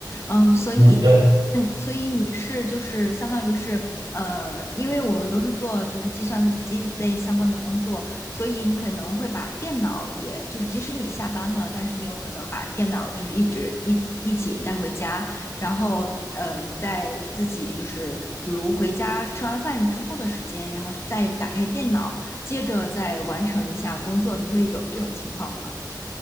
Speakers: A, on the left; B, on the right.
A: 嗯，所以
B: 你的，对。
A: 嗯，所以你是就是相当于是呃，因为我们都是做就是计算机类相关的工作，所以你可能会把电脑也，就是即使你下班了，但是你有可能把电脑就是一直一一起带回家，然后嗯，在自己就是比如回家吃完饭之后的时间，然后再打开电脑，接着再完成一下工作，你会有这种情况吗？